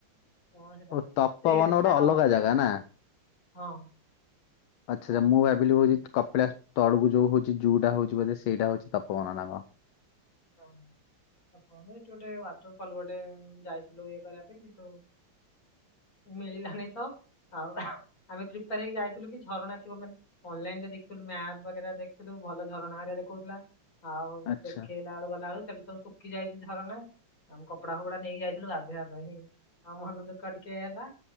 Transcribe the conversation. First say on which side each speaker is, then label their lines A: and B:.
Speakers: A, on the left; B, on the left.
A: କଣ ସେଟା
B: ଓ ତପବନ
A: ସେ
B: ଗୋଟେ
A: ତାର
B: ଅଲଗା ଜାଗା ନା?
A: ହଁ।
B: ଆଚ୍ଛା ଆଛା ମୁଁ ଭାବିଲି
A: ହଁ
B: ହଉଛି କପିଳାସ ତଳକୁ ଯୋଉ ହଉଛି ଜୁ ଟା ହଉଛି ବୋଧେ ସେଇଟା ହଉଛି ତପବନ ନା କଣ।
A: ହଁ। ଆପଣ ଏଇଠି ଗୋଟେ ୱାଟର ଫଲ ଗୋଟେ ଯାଇଥିଲୁ ଇଏ କରିବା ପାଇଁ କିନ୍ତୁ। ମିଳିଲାନି ତ ଆଉ ଆମେ ପ୍ରିପାର ହେଇକି ଯାଇଥିଲୁ କି ଝରଣା ଥିବ ମାନେ ଅନଲାଇନରେ ଦେଖୁଥିଲୁ ମ୍ୟାପ ବଗେରା ଦେଖିଥିଲୁ ଭଲ ଝରଣା ହେରିକା ଦେଖଉଥିଲା ଆଉ
B: ଆଚ୍ଛା
A: ପିଲା ବଳୁ ଗଲା ବଳୁ ସେଠୁ ସବୁ ଶୁଖି ଯାଇଛି ଝରଣା ଆମ କପଡା ଫପଡା ନେଇ ଯାଇଥିଲୁ ଗାଧେଇବା ପାଇଁ ହିଁ। ଆଉ ମନ ଦୁଃଖ ଟିକେ ହେଲା